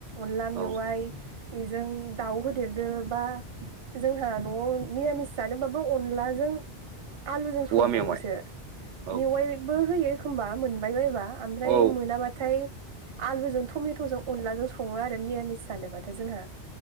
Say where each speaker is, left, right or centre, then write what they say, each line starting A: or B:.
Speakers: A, on the right; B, on the right.
A: अनला मेवाइ
B: औ
A: बेजों दाउ होदेरदो बा जोंहा न'आव निरामिस जानोबाबो अनलाजों आलुजों
B: औवा
A: संबावोसो
B: मेवाइ औ
A: मेवाइबो होयो एखमबा मोनबाय बायोबा ओमफ्राय
B: औ
A: मोनाब्लाथाय आलुजों टमेट'जों अनलाजों सङो आरो निरामिस जानोब्लाथाय थाय जोंहा